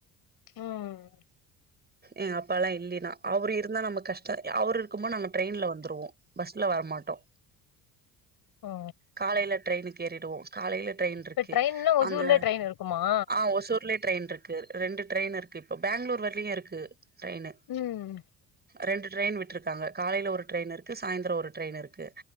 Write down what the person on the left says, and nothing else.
ம்
ஓ
இப்ப ட்ரெயின்னா ஒசூர்லயே
ட்ரெயின் இருக்குமா
ம்